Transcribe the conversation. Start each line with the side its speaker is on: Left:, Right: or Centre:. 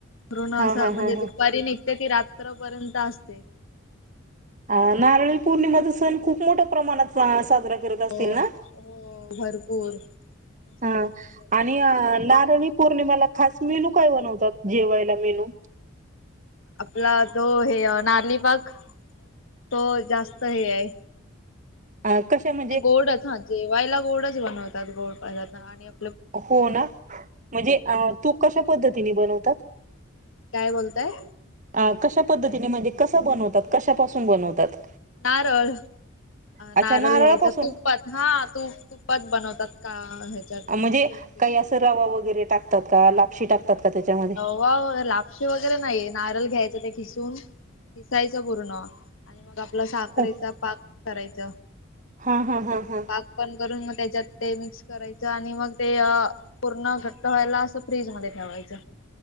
Left: ऋण
Right: हा
Left: असं
Right: हा
Left: म्हणजे
Right: हा
Left: दुपारी निघते ती रात्रपर्यंत असते
Right: आ नारळी पौर्णिमाचा सण खूप मोठ्या प्रमाणात आ साजरा
Left: हो
Right: करत असतील ना
Left: हो भरपूर मस्त
Right: हा
Left: एकदम जरदोशात.
Right: आणि नारणी पौर्णिमाेला खास मेनू काय बनवतात जेवायला मेनू
Left: आपला जो हे नारली पाक तो जास्त हे आहे
Right: अ कशा म
Left: नाही गोडच हा जेवायला गोडच बनवतात गोड पदार्थ आणि आप
Right: हो ना म्हणजे तू कशा पद्धतीने बनवतात
Left: काय बोलताय
Right: अ कशा पद्धतीने म्हणजे कसा बनवतात कशापासून बनवतात
Left: नारळ.
Right: अच्छा
Left: नारळ
Right: नारळापासून
Left: घ्यायचा तूप प हा. तूप तुपात बनवतात का ह्याच्यात
Right: म्हणजे
Left: तूप घेऊन.
Right: काही असं रवा वगैरे टाकतात का लापशी टाकतात का त्याच्यामध्ये?
Left: <unintelligible> लापशी वगैरे नाहीये नारळ घ्यायचा ते खिसून खिसायचं पूर्ण आणि मग आपला साखरेचा
Right: हो
Left: पाक करायच.
Right: हा हा हा हा.
Left: पाक पण करून मग त्याच्यात ते मिक्स करायचं आणि मग ते अ पूर्ण घट्ट व्हायला असं फ्रीज मध्ये ठेवायचं.